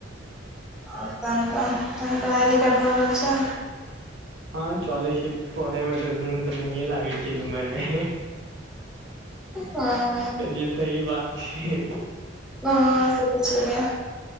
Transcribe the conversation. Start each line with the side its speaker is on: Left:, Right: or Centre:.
Centre: आ तहन तऽ, तहन पढ़ाइ-लिखाइ भऽ रहल छै?
Right: हँ चलै छै पढ़े में त मोन तऽ नहि लाग होय छै उमर मे,
Centre: हँ
Right: जे सही बात छै।
Centre: ह से तऽ छै।